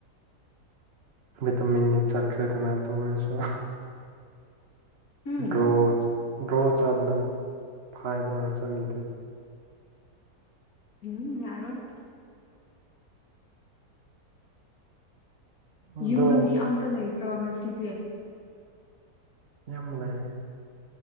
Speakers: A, on the right; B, on the left.
A: ꯇ ꯃꯤꯦꯟꯗꯤ ꯆꯠꯈ꯭ꯔꯦꯗꯅ ꯑꯗꯨ ꯑꯣꯏꯁꯨ
B: ꯎꯝ
A: ꯗ꯭ꯔꯣ ꯗ꯭ꯔꯣ ꯆꯥꯕꯅ ꯐꯥꯏꯗꯅ ꯆꯪꯈꯤꯗꯦ
B: ꯎꯝ ꯌꯥꯔꯣꯏ
A: ꯑꯗꯣ
B: ꯌꯨꯝꯗ ꯃꯤ ꯑꯝꯇ ꯂꯩꯇ꯭ꯔꯣ ꯉꯁꯤꯁꯦ
A: ꯌꯥꯝ ꯂꯩꯦ